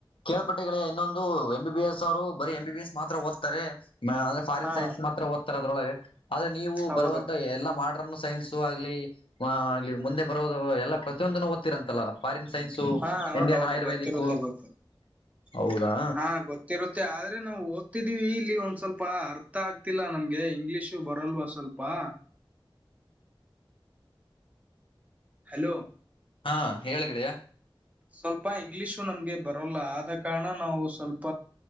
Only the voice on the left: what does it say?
ಕೇಳ್ಪಟ್ಟೆಗಳ ಇನ್ನೊಂದು ಎಂ ಬಿ ಬಿ ಎಸ್ ಅವರು ಬರೀ ಎಂಬ ಬಿ ಬಿ ಎಸ್ ಮಾತ್ರ ಓದ್ತಾರೆ ಫಾರಿನ್
ಸೈನ್ಸ್ ಮಾತ್ರ ಓದ್ತಾರೆ ಅದ್ರೊಳಗೆ ಆದ್ರೆ ನೀವು
ಬರುವಂತ ಎಲ್ಲಾ ಮಾಡರ್ನ್ ಸೈನ್ಸ್ ಆಲಿ ಆಗ್ಲಿ ಮುಂದೆ ಬರೋದು ಎಲ್ಲಾ ಪ್ರತಿಯೊಂದನ್ನು ರಂತಲ್ಲ ಫಾರಿನ್ ಸೈನ್ಸು
ಇಂಡಿಯನ್ ಆಯುರ್ವೇದಿಕ್
ಹೌದಾ
ಹಾ ಹೇಳಳ್ಗೆಯ